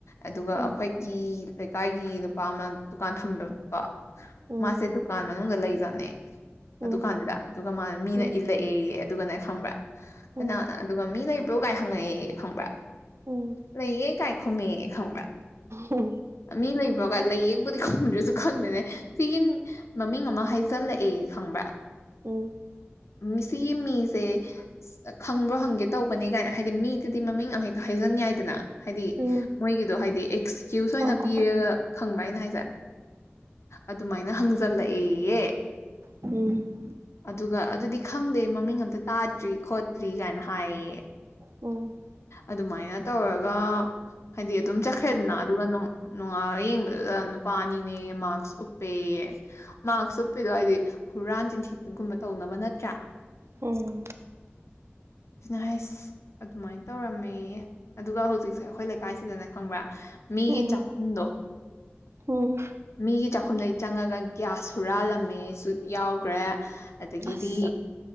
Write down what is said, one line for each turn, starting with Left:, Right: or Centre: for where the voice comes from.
Left: ꯑꯗꯨꯒ
Right: ꯎꯝ
Left: ꯑꯩꯈꯣꯏ ꯒꯤ ꯂꯩꯀꯥꯏꯒꯤ ꯅꯨꯄꯥ ꯑꯃ ꯗꯨꯀꯥꯟ ꯊꯝꯃꯦꯕꯀꯣ
Right: ꯎꯝ
Left: ꯃꯥꯁꯦ ꯗꯨꯀꯥꯟ ꯃꯅꯨꯡꯗ ꯂꯩꯖꯥꯠꯅꯦ ꯑꯗꯨꯀꯥꯟꯗꯨꯗ
Right: ꯎꯝ
Left: ꯑꯗꯨꯒ ꯃꯥꯅ ꯃꯤꯅ
Right: ꯎꯝ
Left: ꯏꯜꯂꯛꯑꯦꯌꯦ ꯑꯗꯨꯒꯅꯦ ꯈꯪꯕ꯭ꯔꯥ
Right: ꯎꯝ
Left: ꯀꯅꯥ ꯑꯗꯨꯒ ꯃꯤ ꯂꯩꯕ꯭ꯔꯣ ꯀꯥꯏ ꯍꯪꯉꯛꯑꯦꯌꯦ ꯈꯪꯕ꯭ꯔꯥ
Right: ꯎꯝ
Left: ꯂꯩꯌꯦ ꯀꯥꯏ ꯈꯨꯝꯃꯦꯑ ꯈꯪꯕ꯭ꯔꯥ
Right: ꯎꯝ
Left: ꯃꯤ ꯂꯩꯕ꯭ꯔꯣ ꯀꯥꯏ ꯂꯩꯌꯦꯕꯨꯗꯤ ꯈꯨꯝꯗ <unintelligible> ꯁꯨ ꯈꯪꯗꯦꯅꯦ ꯁꯤꯒꯤ ꯃꯃꯤꯡ ꯑꯃ ꯍꯥꯏꯖꯜꯂꯛꯑꯦ ꯈꯪꯕ꯭ꯔꯥ
Right: ꯎꯝ
Left: ꯃꯤꯁꯤꯒꯤ ꯃꯤꯁꯦ ꯑꯁ ꯈꯪꯕ꯭ꯔꯣ ꯍꯪꯒꯦ ꯇꯧꯕꯅꯦ ꯀꯥꯏꯅ ꯍꯥꯏꯗꯤ ꯃꯤꯗꯨꯗꯤ ꯃꯃꯤꯡ ꯑꯃꯍꯦꯛꯇ ꯍꯥꯏꯖꯟ ꯌꯥꯏꯗꯅ ꯍꯥꯏꯗꯤ
Right: ꯎꯝ
Left: ꯃꯣꯏꯒꯤꯗꯣ ꯍꯥꯏꯗꯤ ꯑꯦꯛꯁꯀ꯭ꯌꯨꯁ
Right: ꯍꯣꯏ
Left: ꯑꯣꯏꯅ
Right: ꯍꯣꯏ
Left: ꯄꯤꯔꯒ ꯈꯪꯕ ꯑꯩꯅ ꯍꯥꯏꯁꯦ ꯑꯗꯨꯃꯥꯏꯅ ꯍꯪꯖꯜꯂꯛꯑꯦꯌꯦ
Right: ꯎꯝ
Left: ꯑꯗꯨꯒ ꯑꯗꯨꯗꯤ ꯈꯪꯗꯦ ꯃꯃꯤꯡ ꯑꯝꯇ ꯇꯥꯗ꯭ꯔꯤ ꯈꯣꯠꯇ꯭ꯔꯤ ꯀꯥꯏꯅ ꯍꯥꯏꯌꯦ
Right: ꯎꯝ ꯎꯝ
Left: ꯑꯗꯨꯃꯥꯏꯅ ꯇꯧꯔꯒ ꯍꯥꯏꯗꯤ ꯑꯗꯨꯝ ꯆꯠꯈ꯭ꯔꯦꯗꯅ ꯑꯗꯨꯒ ꯅꯨꯡꯉꯟꯂꯒ ꯌꯦꯡꯕꯗꯨꯗ ꯅꯨꯄꯥ ꯑꯅꯤꯅꯦ ꯃꯥꯛꯁ ꯎꯞꯄꯦ ꯃꯥꯛꯁ ꯎꯞꯄꯤꯗꯣ ꯍꯥꯏꯗꯤ ꯍꯨꯔꯥꯟ ꯆꯤꯟꯊꯤꯒꯨꯝꯕ ꯇꯧꯅꯕ ꯅꯠꯇ꯭ꯔꯥ
Right: ꯎꯝ
Left: ꯁꯤꯅ ꯍꯥꯏꯁ ꯑꯗꯨꯃꯥꯏꯅ ꯇꯧꯔꯝꯃꯦꯌꯦ ꯑꯗꯨꯒ ꯍꯧꯖꯤꯛꯁꯦ ꯑꯩꯈꯣꯏ ꯂꯩꯀꯥꯏꯁꯤꯗꯅꯦ ꯈꯪꯕ꯭ꯔꯥ ꯃꯤꯒꯤ
Right: ꯎꯝ ꯎꯝ
Left: ꯆꯥꯛꯈꯨꯝꯗꯣ
Right: ꯎꯝ
Left: ꯃꯤꯒꯤ ꯆꯥꯛꯈꯨꯝꯗꯒꯤꯩ ꯆꯪꯉꯒ ꯒꯤꯒ꯭ꯌꯥꯁ ꯍꯨꯔꯥꯜꯂꯝꯃꯤ ꯁ꯭ꯋꯤꯞ ꯌꯥꯎꯈ꯭ꯔꯦ ꯑꯗꯒꯤꯗꯤ
Right: ꯑꯁ